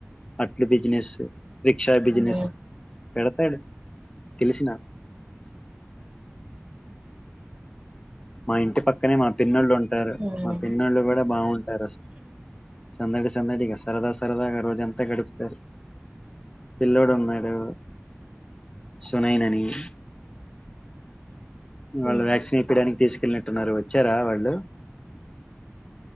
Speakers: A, on the left (about 20°); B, on the right (about 25°).
A: అట్లు బిజినెస్ రిక్షా బిజినెస్
B: ఉమ్,
A: పెడ్తడు తెలుస్ నాక్ మా ఇంటి పక్కనే మా పిన్నోళ్లు ఉ టారు
B: ఉమ్,
A: మా పిన్నోళ్ళు గుడ బాగుంటరు అసలు సందడి సందడిగ సరద స సరదాగ రోజంత గడుప్తరు పిల్లోడు ఉన్నడు సునైనా నీది వాళ్ళు
B: ఉమ్.
A: వ్యాక్సిన్ ఇప్పిడానికి తిసుకెళ్ళినట్టున్నరు ఒచ్చార వాళ్ళు